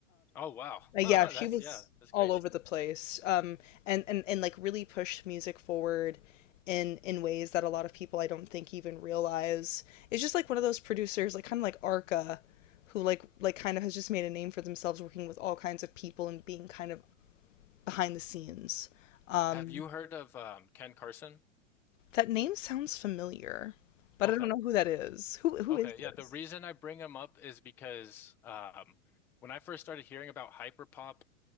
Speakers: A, in the centre; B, on the left (about 70°).
A: oh wow. <laughs>
B: Uh, yeah,
A: That's,
B: she was
A: yeah, that's
B: all
A: crazy.
B: over the place, um, and, and and like really pushed music forward in in ways that a lot of people I don't think even realize. It's just like one of those producers, like kind of like Arca, who like like kind of has just made a name for themselves working with all kinds of people and being kind of behind the scenes. Um,
A: Have you heard of um, Ken Carson?
B: that name sounds familiar, but
A: Okay.
B: I don't know who that is. Who who
A: Okay,
B: is this?
A: yeah, the reason I bring them up is because um, when I first started hearing about hyperpop,